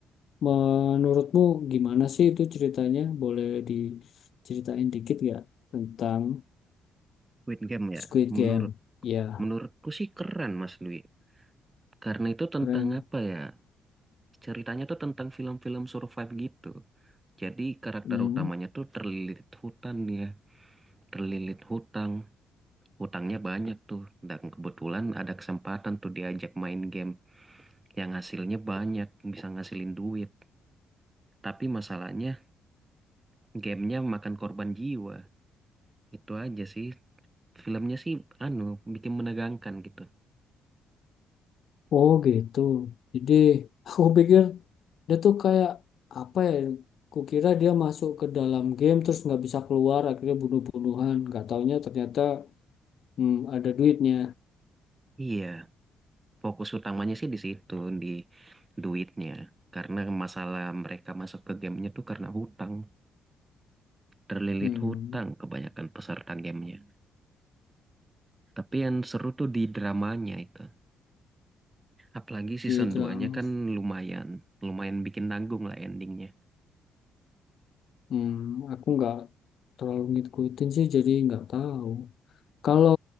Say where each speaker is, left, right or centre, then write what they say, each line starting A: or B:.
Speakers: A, on the left; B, on the right.
A: menurutmu gimana sih itu ceritanya? Boleh diceritain dikit gak tentang
B: Squid Game
A: Squid
B: ya,
A: Game?
B: menurut
A: Ya,
B: menurutku sih keren, Mas Dwi. Karena itu tentang
A: keren.
B: apa ya? Ceritanya tuh tentang film-film survive gitu. Jadi karakter
A: Hmm.
B: utamanya tuh terlilit hutan ya, terlilit hutang. Hutangnya banyak tuh, dan kebetulan ada kesempatan tuh diajak main game yang hasilnya banyak, bisa ngasilin duit. Tapi masalahnya, gamenya makan korban jiwa. Itu aja sih. Filmnya sih anu bikin menegangkan gitu.
A: Oh gitu. Jadi aku pikir dia tuh kayak apa ya? Kukira dia masuk ke dalam game terus nggak bisa keluar akhirnya bunuh-bunuhan. Gak taunya ternyata hmm, ada duitnya.
B: Iya, fokus utamanya sih di situ di duitnya. Karena masalah mereka masuk ke gamenya tuh karena hutang, terlilit
A: Hmm,
B: hutang kebanyakan peserta gamenya. Tapi yang seru tuh di dramanya itu. Apalagi season
A: di drama.
B: duanya kan lumayan, lumayan bikin nanggung lah endingnya.
A: Hmm, aku nggak terlalu ngikutin sih, jadi nggak tahu. Kalau